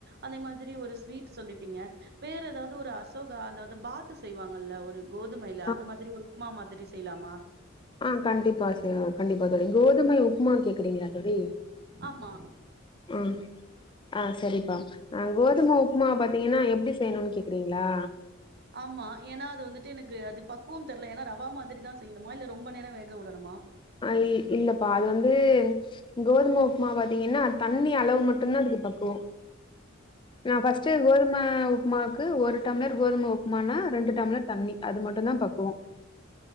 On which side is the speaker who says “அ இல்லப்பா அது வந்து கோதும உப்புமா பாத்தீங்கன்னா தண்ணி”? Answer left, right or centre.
Left